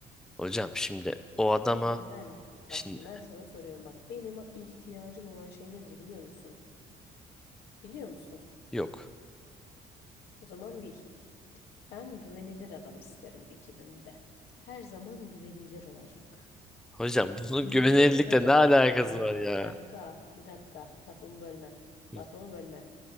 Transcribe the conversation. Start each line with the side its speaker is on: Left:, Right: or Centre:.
Centre: Hocam şimdi o adama
Left: Neden? Bak
Centre: şimdi
Left: şimdi ben sana soruyorum. Bak benim ihtiyacım olan şey nedir biliyor musun? Biliyor musun?
Centre: yok.
Left: O zaman bil. Ben güvenilir adam isterim ekibimde. Her zaman güvenilir olacak.
Centre: Hocam <laughs> bunun
Left: Eğri
Centre: güvenilirlikle
Left: oturacak.
Centre: ne alakası
Left: Aa,
Centre: var ya?
Left: bir dakika, bir dakika. Lafımı bölme.
Centre: Hı,
Left: Lafımı bölme.